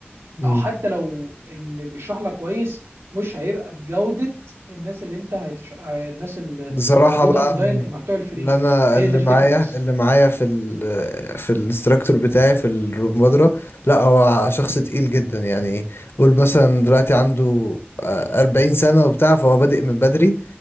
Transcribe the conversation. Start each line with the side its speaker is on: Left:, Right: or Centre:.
Left: مم.
Right: او حتى لو اللي بيشرح لك كويس مش هيبقى بجوده الناس اللي انت هتش... ه- الناس اللي
Left: بصراحة
Right: اللي موجوده
Left: بقى
Right: اونلاين المحتوى الفري
Left: اللي انا
Right: هي
Left: اللي
Right: دي الفكره
Left: معايا
Right: بس
Left: اللي معايا في ال في الانستراكتور بتاعي في الروبمدرة لا هو شخص تقيل جدا يعني قول مثلا دلوقتي عنده آه، أربعين سنة وبتاع فهو بادئ من بدري